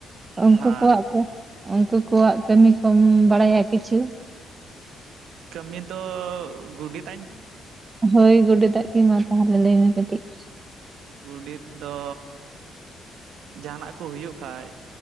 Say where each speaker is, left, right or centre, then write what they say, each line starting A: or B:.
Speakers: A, on the right; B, on the right.
A: ᱩᱱᱠᱩ
B: ᱦᱮᱸ
A: ᱠᱚᱣᱟᱜ ᱠᱚ ᱩᱱᱠᱩ ᱠᱚᱣᱟᱜ ᱠᱟᱹᱢᱤ ᱠᱚᱢ ᱵᱟᱲᱟᱭᱟ ᱠᱤᱪᱷᱩ?
B: ᱠᱟᱹᱢᱤ ᱫᱚ ᱜᱩᱰᱤᱛ
A: ᱦᱳᱭ ᱜᱚᱰᱮᱛ ᱟᱜ ᱜᱮ ᱢᱟ ᱛᱟᱦᱞᱮ ᱞᱟᱹᱭ ᱢᱮ ᱠᱟᱹᱴᱤᱡ ᱾
B: ᱜᱚᱰᱮᱛ ᱫᱚ ᱡᱟᱦᱟ ᱱᱟᱜ ᱠᱚ ᱦᱩᱭᱩᱜ ᱠᱷᱟᱡ